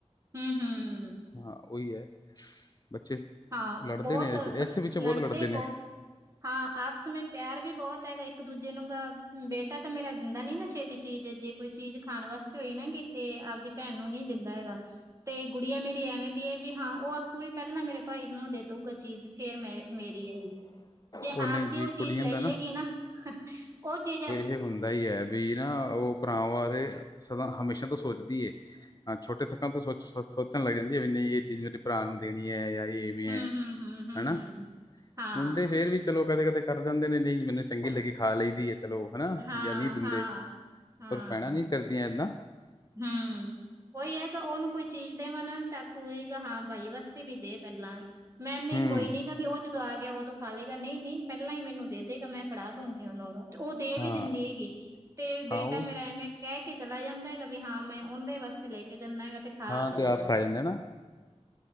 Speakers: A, on the right (about 25°); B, on the left (about 35°).
A: ਹੂੰ ਹੂੰ
B: ਹਾਂ ਓਈ ਐ। ਬੱਚੇ
A: ਹਾਂ,
B: ਲੜਦੇ
A: ਬੋਤ
B: ਨੇ ਇਸ ਇਸ
A: ਸ
B: ਵਿੱਚ ਬਹੁਤ
A: ਲੜਦੇ
B: ਨੇ
A: ਬੋਤ। ਹਾਂ ਆਪਸ ਮੇਂ ਪੇਆਰ ਵੀ ਬੋਤ ਹੈਗਾ ਇੱਕ ਦੂਜੇ ਨੂੰ ਗਾ ਬੇਟਾ ਤਾਂ ਮੇਰਾ ਦਿੰਦਾ ਨੀ ਗਾ ਛੇਤੀ ਚੀਜ ਜੇ ਕੋਈ ਚੀਜ ਖਾਣ ਵਾਸਤੇ ਹੋਈ ਨਾ ਕਿਤੇ ਆਪਦੀ ਭੈਣ ਨੂੰ ਨੀ ਦਿੰਦਾ ਹੈਗਾ। ਤੇ ਗੁੜੀਆਂ ਮੇਰੀ ਐਵੇਂ ਦੀ ਐ ਵੀ ਹਾਂ ਓ ਆਖੂਗੀ ਪੈਲਾਂ ਮੇਰੇ ਭਾਈ ਨੂੰ ਦੇ ਦੂਗਾ ਚੀਜ ਫੇਰ ਮੇ ਮੇਰੀ ਹੈਗੀ। ਜੇ
B: ਉਹ
A: ਆਪ
B: ਨਹੀਂ
A: ਦੀ
B: ਜੀ
A: ਓ
B: ਕੁੜੀਆਂ
A: ਚੀਜ ਲੇ
B: ਦਾ
A: ਲੇਗੀ ਨਾ ਓ ਚੀਜ
B: ਤੇ ਹੁੰਦਾ ਈ ਐ। ਵੀਰਾਂ ਓ ਭਰਾਵਾਂ ਬਾਰੇ ਸਦਾ ਹਮੇਸ਼ਾ ਤੋਂ ਸੋਚਦੀ ਏ। ਹਾਂ ਛੋਟੇ ਥੱਕਾਂ ਤੋਂ ਸੋਚ ਸੋਚਣ ਲੱਗ ਜਾਂਦੀ ਏ ਵੀ ਨਈ ਏ ਚੀਜ ਮੇਰੇ ਭਰਾ ਨੂੰ ਦੇਣੀ ਐ ਯਾ ਐ
A: ਹੂੰ ਹੂੰ ਹੂੰ ਹੂੰ
B: ਹਨਾ।
A: ਹਾਂ
B: ਮੁੰਡੇ ਫੇਰ ਵੀ ਚਲੋ ਕਦੇ ਕਦੇ ਕਰ ਜਾਂਦੇ ਨੇ ਨਈ ਮੈਨੂੰ ਚੰਗੀ ਲੱਗੀ ਖਾ ਲਈਦੀ ਐ। ਚਲੋ ਹਨਾ
A: ਹਾਂ
B: ਯਾ ਨੀ ਦਿੰਦੇ
A: ਹਾਂ ਹਾਂ
B: ਪਰ ਭੈਣਾ ਨੀ ਕਰਦੀਆਂ ਐਦਾਂ।
A: ਹੂੰ। ਓਈ ਐ ਕ ਓਨੂੰ ਕੋਈ ਚੀਜ ਦੇਵਾਂ ਨਾ ਤਾ ਆਖੂਗੀ ਹਾਂ ਬਾਈ ਵਾਸਤੇ ਵੀ ਦੇ ਪੈਲਾਂ। ਮੈ ਨੀ
B: ਹੂੰ
A: ਕੋਈ ਨੀ ਗਾ ਵੀ ਓ ਜਦੋਂ ਆ ਗੇਆ ਓਦੋਂ ਖਾ ਲੇਗਾ। ਨਈ ਨਈ ਪੇਲਾਂ ਈ ਮੈਨੂੰ ਦੇ ਦੇਗਾ ਮੈਂ ਫੜਾ ਦੂੰਗੀ ਓਨੂੰ ਗਾ। ਤੇ ਓ ਦੇ
B: ਹਾਂ
A: ਵੀ ਦਿੰਦੀ ਹੈਗੀ। ਤੇ
B: ਹਾਂ
A: ਬੇਟਾ
B: ਉਹ
A: ਮੇਰਾ ਐਵੇਂ ਕੈ ਕੇ ਚਲਾ ਜਾਂਦ ਦਾ ਹੈਗਾ ਵੀ ਹਾਂ ਮੈਂ ਓਂਦੇ ਵਾਸਤੇ ਲੇਕੇ ਜਾਂਨਾ ਹੈਗਾ ਤੇ ਖਾ
B: ਹਾਂ
A: ਆਪੇ ਜਾਂਦਾ।
B: ਤੇ ਆਪ ਖਾ ਨਾ